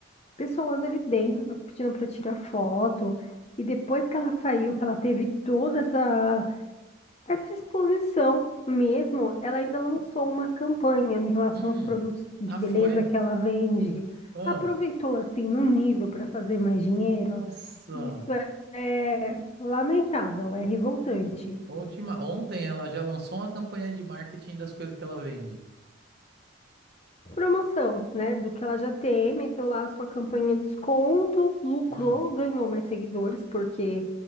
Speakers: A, on the left (about 30°); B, on the right (about 50°).
A: pessoas ali dentro pedindo para tirar foto, e depois que ela saiu, que ela teve toda essa essa exposição mesmo, ela ainda lançou uma campanha em relação
B: Hum.
A: aos produtos de
B: Ah,
A: beleza
B: foi?
A: que ela vende.
B: Ah.
A: Aproveitou assim no nível para fazer mais dinheiro.
B: Nossa.
A: Isso é, é lamentável, é revoltante.
B: Última... Ontem ela já lançou uma campanha de marketing das coisas que ela vende.
A: Promoção, né? Do que ela já tem, meteu lá a sua campanha de desconto, lucrou,
B: Hum.
A: ganhou mais seguidores, porque